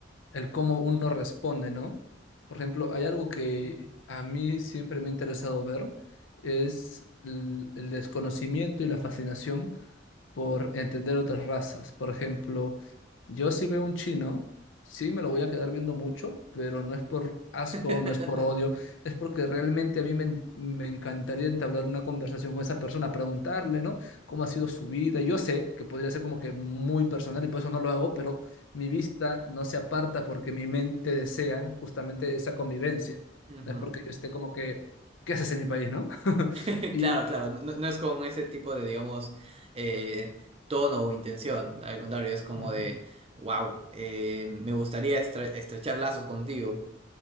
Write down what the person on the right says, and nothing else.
<laughs>
Ujú.
<laughs>
Claro, claro, no, no no es con ese tipo de, digamos, eh, tono o intención, al contrario, es como
de, wow, me gustaría estre- estrechar lazos contigo.